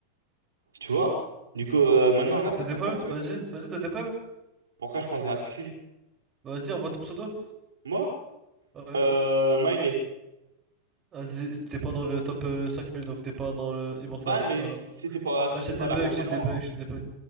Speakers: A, on the right; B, on the right.
A: Tu vois? Du coup, euh, maintenant, reste
B: T'as
A: à ta
B: des preuves?
A: place, tu vois.
B: Vas-y, vas-y, t'as des preuves?
A: Pourquoi je prendrais un screen?
B: Vas-y, envoie ton pseudo.
A: Moi?
B: Ah Ouais.
A: Euh, Miley.
B: Vas-y, t'es pas dans le top euh, 5000, donc t'es pas dans le Immortal.
A: Bah, mais
B: Voilà.
A: c'était pas, c'était
B: Ah, j'ai
A: pas
B: des bugs,
A: là récemment.
B: j'ai des bugs, j'ai des bugs.